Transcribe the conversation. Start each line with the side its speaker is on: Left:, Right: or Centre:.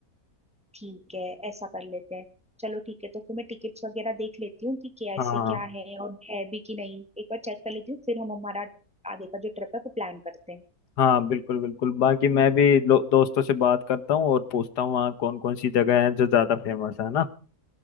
Centre: ठीक है ऐसा कर लेते हैं चलो ठीक है तो फिर मैं टिकट्स वगैरह देख लेती हूँ कि कैसे
Left: हाँ
Centre: क्या है और है भी कि नहीं एक बार चेक कर लेती हूँ फिर हम हमारा आगे का जो ट्रिप है वो प्लान करते हैं
Left: हाँ बिल्कुल बिल्कुल बाकी मैं भी लो- दोस्तों से बात करता हूँ और पूछता हूँ वहाँ कौन कौन सी जगह है जो ज़्यादा फेमस है ना